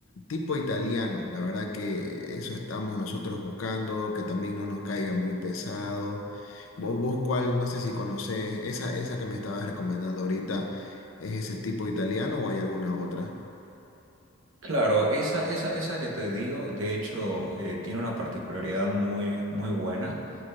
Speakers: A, on the left; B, on the right.
A: tipo italiano, la verdad que eso estamos nosotros buscando, que también no nos caiga muy pesado. Vos, vos cuál, no sé si conocés, esa, esa que me estabas recomendando ahorita, ¿es ese tipo italiano o hay alguna otra?
B: Claro, esa, esa, esa que te digo, de hecho, eh, tiene una particularidad muy, muy buena.